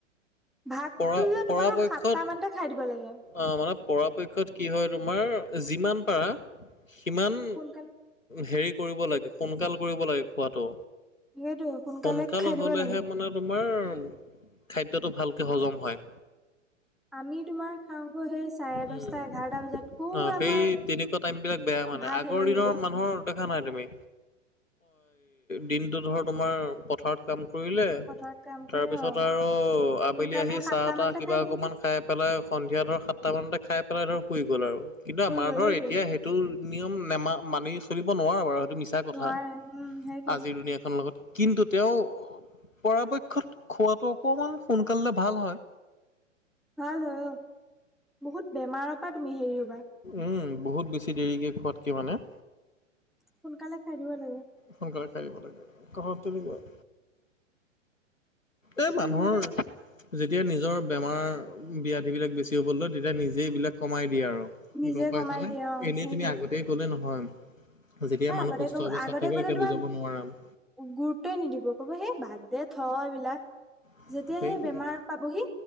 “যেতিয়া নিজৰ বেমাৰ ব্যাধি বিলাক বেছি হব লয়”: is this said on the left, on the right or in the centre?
Left